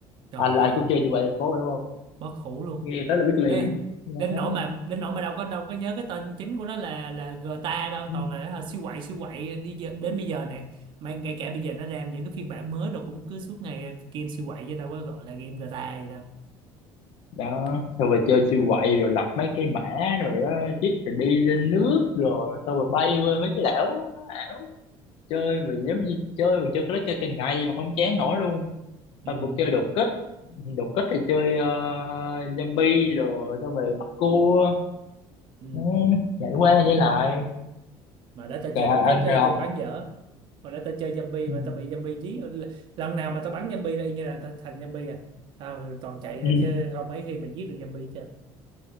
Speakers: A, on the right; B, on the left.
A: trời
B: anh
A: ơi
B: là ai cũng chơi siêu quậy thành phố đúng
A: bất hủ luôn
B: nghe tới là biết liền
A: đến
B: đó
A: đến nỗi mà đến nỗi mà đâu có đâu có nhớ cái tên chính của nó là là GTA đâu
B: Ừ.
A: toàn là hả, siêu quậy siêu quậy đi giờ, đến bây giờ nè mà ngay cả bây giờ nó ra những cái phiên bản mới rồi cũng cứ suốt ngày game siêu quậy chứ đâu có gọi là game GTA gì đâu
B: đó xong rồi chơi siêu quậy rồi lập mấy cái mã rồi đó chích rồi đi lên nước rồi xong rồi bay qua mấy cái đảo Nó ảo chơi mà giống như chơi mà chơi cái đó chơi cả ngày mà không chán nổi luôn
A: ừ,
B: xong cũng chơi đột kích đột kích thì chơi ờ, zombie rồi xong rồi bắt cua
A: ừ.
B: Ừ, nhảy qua nhảy lại
A: mà để tao
B: cả
A: chơi đột kích
B: anh
A: ấy,
B: rồi
A: tao bắn dở mà để tao chơi zombie
B: ừ.
A: mà tao bị zombie dí lần nào mà tao bắn zombie là y như là tao thành zombie à tao toàn chạy
B: Ừ.
A: ra chứ không mấy khi mà giết được zombie chứ